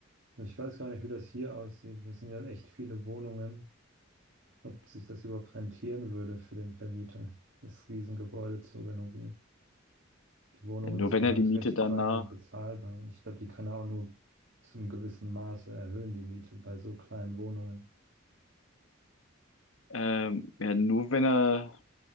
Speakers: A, on the right (about 65°); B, on the left (about 85°).
A: Ich weiß gar nicht, wie das hier aussieht. Das sind ja echt viele Wohnungen. ob sich das überhaupt rentieren würde für den Vermieter, das Riesengebäude zu renovieren. Die Wohnungen
B: Ja, nur
A: sind
B: wenn er
A: halt
B: die Miete
A: recht
B: danach,
A: klein und bezahlbar und ich glaube, die kann er auch nur zum gewissen Maße erhöhen, die Miete bei so kleinen Wohnungen.
B: ähm, ja, nur wenn er